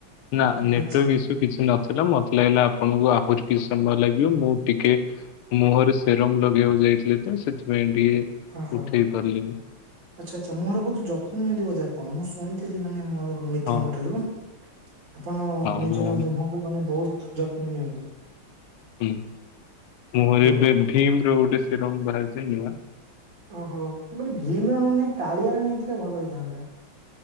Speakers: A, on the left (about 85°); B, on the right (about 60°).
A: ନା ନେଟୱାର୍କ
B: ଆଚ୍ଛା
A: ଇସୁ କିଛି ନ ଥିଲା ମୋତେ ଲାଗିଲା ଆପଣଙ୍କୁ ଆହୁରି କିଛି ସମୟ ଲାଗିବ ମୁଁ ଟିକେ ମୁହଁରେ ସେରମ୍ ଲଗେଇବାକୁ ଯାଇଥିଲି ତ ସେଥିପାଇଁ ଟିକେ
B: ଓହୋ।
A: ଉଠେଇ ପାରିଲିନି।
B: ଆଚ୍ଛା, ଆଚ୍ଛା ମୁହଁର ବହୁତ ଯତ୍ନ ନିଅନ୍ତିି ବୋଧେ ଆପଣ? ମୁଁ ଶୁଣିଥିଲି ମାନେ ମୋର ମିତ୍ରଙ୍କ
A: ହଁ
B: ଠାରୁ। ଆପଣ
A: ହଁ
B: ନିଜର
A: ମୁଁ
B: ମୁହଁକୁ ମାନେ ବହୁତ ଯତ୍ନ ନିଅନ୍ତି।
A: ହୁଁ, ମୁହଁରେ
B: ଓହୋ।
A: ଏବେ ଭୀମ୍ ର ଗୋଟେ ସିରମ୍ ବାହାରିଛି ନୂଆ।
B: ଓହୋ, ମୁଁ କହିଲି ଭୀମ୍ ର ନ ନେଇ, କାଳିଆର ନେଇଥିଲେ ଭଲ ହେଇଥାନ୍ତା।